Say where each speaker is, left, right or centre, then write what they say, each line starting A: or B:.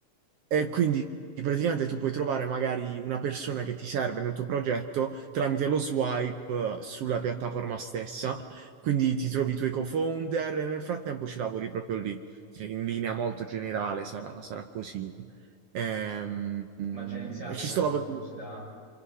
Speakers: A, on the right (about 80°); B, on the right (about 30°).
A: E quindi praticamente tu puoi trovare magari una persona che ti serve nel tuo progetto tramite lo swipe eh, sulla piattaforma stessa. Quindi ti trovi i tuoi co-founder e nel frattempo ci lavori proprio lì. Cioè, In linea molto generale sarà, sarà così. Ehm, mm,
B: Ma già iniziato,
A: ci
B: giusto
A: sto lavorando.
B: per curiosità?